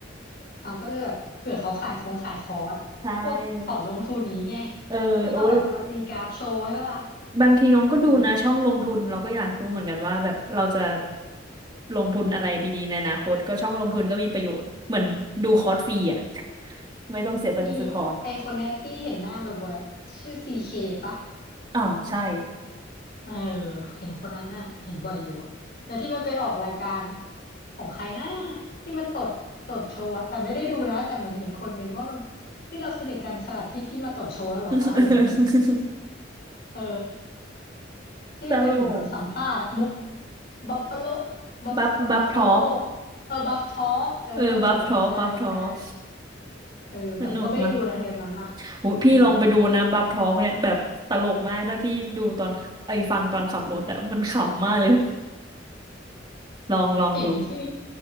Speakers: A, on the left; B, on the right.
A: เอาก็เลยแบบเผื่อเขาขายคงขายคอร์สพวกสอนลงทุนนี้ไง
B: ใช่เออโอ้
A: ที่มาแบบมาตีกราฟโชว์ให้ปะล่ะ
B: บางทีน้องก็ดูนะช่องลงทุนเราก็อยากรู้เหมือนกันว่าแบบเราจะ
A: เออ
B: ลงทุนอะไรดีๆในอนาคตก็ช่องลงทุนก็มีประโยชน์เหมือนดูคอร์สฟรีอ่ะ <laughs> ไม่ต้องเสียตังค์ซื้อคอร์ส
A: มีไอคนเนี้ยที่เห็นหน้าบ่อยๆชื่อซีเคปะ
B: อ่าใช่
A: เออเห็นคนนั้นอ่ะเห็นบ่อยอยู่แล้วที่มันไปออกรายการของใครนะที่มันตดตดโชว์อะแต่ไม่ได้ดูนะแต่เหมือนเห็นคนเมนว่ามันนี่เราสนิทกันขนาดที่พี่มาตดโชว์แล้วเหรอคะอะไรเนี้ย
B: <laughs>
A: เออที่มันเป็นเหมือนแบบสัมภาษณ์อะมุก
B: ตลก
A: บัฟฟาโลบัฟบัฟฟาโล
B: บัฟบัฟทอล์ก
A: เออบัฟทอกเออ
B: เออบัฟทอล์กบัฟทอล์ก
A: ใช่ใช่เออแต่ก็ไม่ได้ดูนะเทปนั้นอะ
B: สนุกมากโหพี่ลองไปดูนะบัฟทอล์กเนี่ยแบบตลกมากถ้าพี่ดูตอนไอ้ฟังตอนขับรถอะมันขำมากเลย
A: เออ
B: <laughs> ลองลองดู
A: เห็นที่